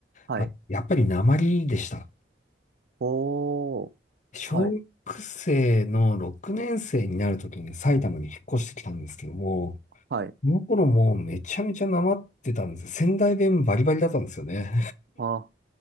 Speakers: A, on the right (about 60°); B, on the left (about 40°).
A: はい。
B: あやっぱり訛りでした。
A: おー、
B: 小学生の6年生になるときに埼玉に引っ越してきたんですけども、
A: はい、はい。
B: その頃もうめちゃめちゃなまってたんです。仙台弁バリバリだったんですよね。
A: あ、